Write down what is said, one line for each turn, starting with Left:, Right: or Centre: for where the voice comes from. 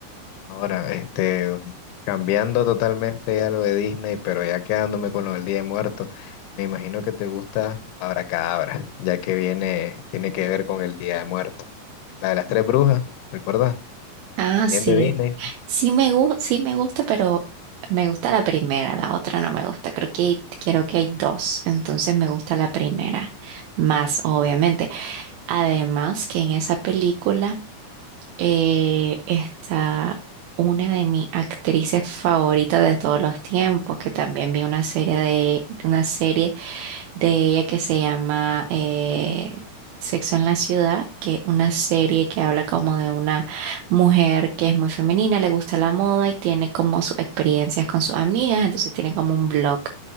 Left: Ahora, este, cambiando totalmente ya lo de Disney, pero ya quedándome con lo del Día de Muertos, me imagino que te gusta Abracadabra, ya que viene, tiene que ver con el Día de Muertos. La de las tres brujas, ¿recuerdas?
Right: Ah,
Left: También
Right: sí.
Left: de Disney.
Right: Sí me gusta, sí me gusta, pero me gusta la primera, la otra no me gusta. Creo que hay, creo que hay dos, entonces me gusta la primera más, obviamente. Además que en esa película eh, está una de mis actrices favoritas de todos los tiempos, que también vi una serie de una serie de ella que se llama eh, Sexo en la Ciudad, que es una serie que habla como de una mujer que es muy femenina, le gusta la moda y tiene como sus experiencias con sus amigas, entonces tiene como un blog